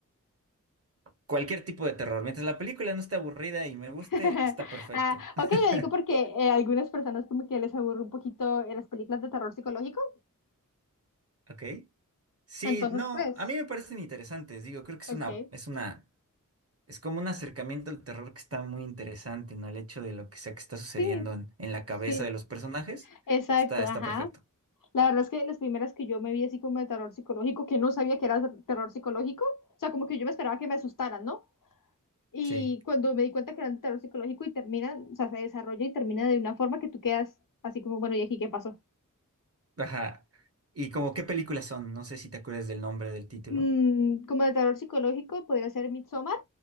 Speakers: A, on the right; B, on the left.
A: Cualquier tipo de terror. Mientras la película no esté aburrida y me guste,
B: <laughs>
A: está perfecto.
B: Ah,
A: <laughs>
B: ok, lo digo porque eh, algunas personas como que les aburre un poquito eh, las películas de terror psicológico.
A: ¿Ok? Sí,
B: Entonces,
A: no,
B: pues.
A: a mí me parecen interesantes. Digo, creo que es
B: Ok.
A: una, es una Es como un acercamiento al terror que está muy interesante, ¿no? El hecho de lo que sea que está sucediendo
B: Sí,
A: en, en la cabeza
B: sí,
A: de los personajes
B: exacto,
A: está, está
B: ajá.
A: perfecto.
B: La verdad es que las primeras que yo me vi así como de terror psicológico, que no sabía que era ter- terror psicológico, o sea, como que yo me esperaba que me asustaran, ¿no? Y
A: Sí.
B: cuando me di cuenta que era de terror psicológico y termina, o sea, se desarrolla y termina de una forma que tú quedas así como, bueno, ¿y aquí qué pasó?
A: Ajá. ¿Y como qué películas son? No sé si te acuerdas del nombre del título.
B: Mm, como de terror psicológico podría ser Midsommar,